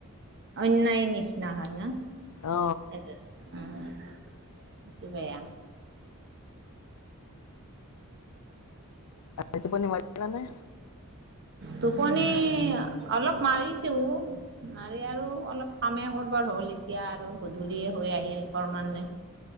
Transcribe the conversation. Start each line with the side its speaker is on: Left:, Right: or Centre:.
Right: অন্যায় নিচিনা হয় না।
Left: অ
Right: এজন উম সেইটো বেয়া
Left: <unintelligible> এ টোপনি মাৰিলানে?
Right: টোপনি অলপ মাৰিছোঁ, মাৰি আৰু অলপ কামে কৰবা হ'ল। এতিয়া আৰু গধূলিয়ে হৈ আহিল ক্ৰমান্নে।